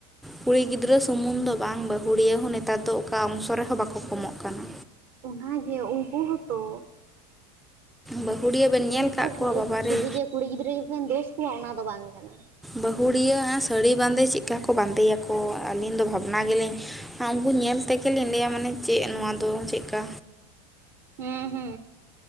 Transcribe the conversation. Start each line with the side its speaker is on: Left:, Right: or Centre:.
Centre: ᱠᱩᱲᱤ ᱜᱤᱫᱽᱨᱟᱹ ᱥᱩᱢᱩᱝ ᱫᱚ ᱵᱟᱝ ᱵᱟᱹᱦᱩᱲᱤᱭᱟᱹ ᱦᱚᱸ ᱱᱮᱛᱟᱨ ᱫᱚ ᱚᱠᱟ ᱚᱝᱥᱚ ᱨᱮᱦᱚᱸ ᱵᱟᱠᱚ ᱠᱚᱢᱚᱜ ᱠᱟᱱᱟ᱾
Right: ᱚᱱᱟ ᱜᱮ ᱩᱱᱠᱩ ᱦᱚᱸ ᱛᱚᱼᱼ
Centre: ᱵᱟᱹᱦᱩᱲᱤᱭᱟᱹ ᱵᱮᱱ ᱧᱮᱞ
Right: ᱩᱱᱠᱩ
Centre: ᱠᱟᱜ ᱠᱚᱣᱟ
Right: ᱦᱚᱸ
Centre: ᱵᱟᱵᱟᱨᱮ
Right: ᱥᱩᱫᱩ ᱡᱮ ᱠᱩᱲᱤ ᱜᱤᱫᱽᱨᱟᱹ ᱜᱮᱵᱚᱱ ᱫᱳᱥ ᱠᱚᱣᱟ ᱚᱱᱟ ᱫᱚ ᱵᱟᱝ ᱠᱟᱱᱟ᱾
Centre: ᱵᱟᱹᱦᱩᱲᱤᱭᱟᱹ ᱥᱟᱹᱲᱤ ᱵᱟᱸᱫᱮ ᱪᱮᱫ ᱠᱟ ᱠᱚ ᱵᱟᱸᱫᱮᱭᱟᱠᱚ ᱟᱹᱞᱤᱧ ᱫᱚ ᱵᱷᱟᱵᱱᱟᱼᱼ ᱚᱱᱟ ᱜᱮᱞᱤᱧ ᱩᱱᱠᱩ ᱧᱮᱞ ᱛᱮᱜᱮ ᱞᱤᱧ ᱞᱟᱹᱭᱟ ᱢᱟᱱᱮ ᱪᱮᱫ ᱱᱚᱣᱟ ᱫᱚ ᱪᱮᱫ ᱞᱮᱠᱟᱼᱼ
Right: ᱦᱮᱸ ᱦᱮᱸᱼᱼ